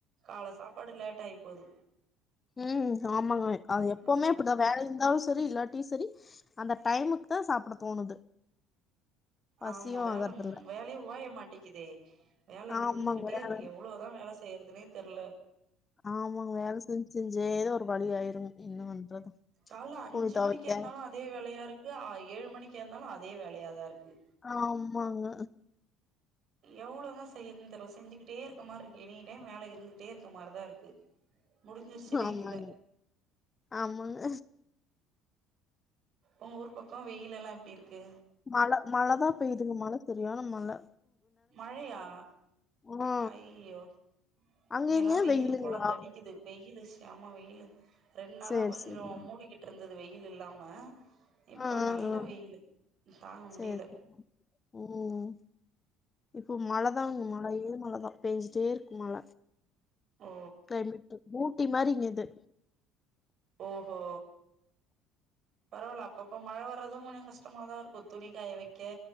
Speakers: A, on the right; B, on the left.
A: கால சாப்பாடு லேட்டாயி போது
B: ம் ஆமாங்க வே அது எப்பமே
A: நம்ம
B: இப்டிதா வேல இருந்தாலு செரி இல்லாட் டி செரி அந்த டைமுக்கு தா சாப்ட தோணுது பசியு
A: ஆமா வேல
B: ஆகறதில்ல
A: ம் வேலையே ஓய மாட்டேக்கிதே வேல
B: ஆமாங்க
A: இருந்துகிட்டே
B: வேல
A: இருக்கு எவ்ளோதா வேல செய்யறதுனே தெரில
B: ஆமாங்க வேல செஞ்சு செஞ்சே ஏதோ ஒரு வழி ஆயிருங் என்ன பண்றது
A: கால்ல அஞ்சு
B: துணி தொவைக்க
A: மணிக்கு எழுந்தாலு அதே வேலையா இருக்கு ஏழு மணிக்கு எழுந்தாலு அதே வேலையாதா இருக்கு
B: ஆமாங்க
A: எவ்ளோதா செய்யறதுன்னு தெர்ல செஞ்சுகிட்டே இருக்கற மாரி இருக்கு எனி டைம் வேல இருந்துகிட்டே இருக்கற மாரிதா இருக்கு முடிஞ்சிருச்சுன்னே
B: ஆமாங்க
A: இல்ல
B: ஆமாங்க
A: உங்க ஊர் பக்கோ வெயிலெல்லா எப்டி இருக்கு
B: மழை மழை தா பெய்யுதுங்க மழை செரியான மழை
A: மழையா
B: ஆ
A: ஐயோ
B: அங்கங்க
A: இங்கல்லா வெயிலு
B: வெயிலுங்களா
A: பொளந்து அடிக்குது வெய்யிலு செம வெயிலு ரெண் நாளா
B: சேரி
A: கொஞ்சோ
B: சேரிங்க
A: மூடிக்கிட்டு இருந்தது வெயில் இல்லாம இப்ப
B: ஆ ஆ
A: நல்ல
B: ஆ
A: வெயிலு தாங்க முடில
B: சேரி சேரி ம் இப்போ மழைதாங் மழையோ மழைதா பேஞ்சிட்டே இருக்கு மழ
A: ஓ
B: கிளைமேட்டு ஊட்டி மாரிங்கிது
A: ஓஹோ பரவால்ல அப்பப்போ மழ வர்றது கொஞ்சோ கஷ்டமாதா இருக்கு துணிக்காய வெக்க